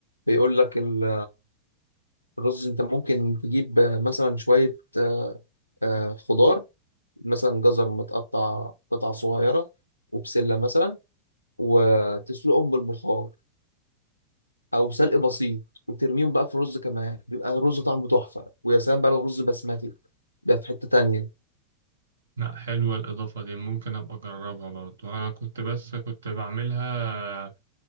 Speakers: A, on the left; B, on the right.
A: بيقول لك ال- الرز انت ممكن تجيب مثلا شويه آه، خضار مثلا جزر متقطع قطع صغيرة وبسلة مثلا وتسلقهم بالبخار أو سلق بسيط وترميهم بقى في الرز كمان بيبقى الرز طعمه تحفة ويا سلام بقى لو رز بسمتي ده في حتة تانية
B: لا حلوة الإضافة دي ممكن أبقى أجربها برضو أنا كنت بس كنت بعملها